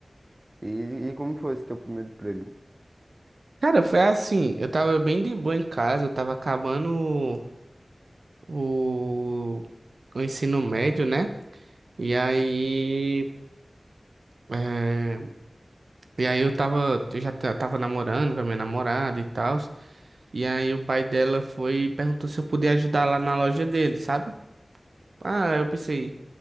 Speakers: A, on the right (about 35°); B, on the right (about 85°).
A: E, e como foi esse teu primeiro emprego?
B: Cara, foi assim, eu tava bem de boa em casa, eu tava acabando o, o ensino médio, né? E aí, é, e aí eu tava, eu já ta- tava namorando com a minha namorada e tal. E aí o pai dela foi e perguntou se eu podia ajudar lá na loja dele, sabe? Ah, eu pensei,